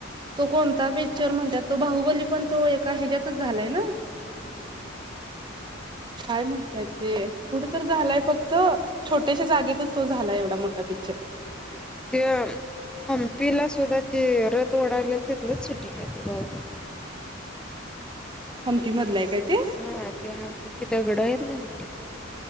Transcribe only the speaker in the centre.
ते हंपीला सुध- ते रथ ओढायला तिथलच शूटिंग आहे ते बाहुबली.
हा
ते हंपीची दगड आहेत ना मोठी- मोठी.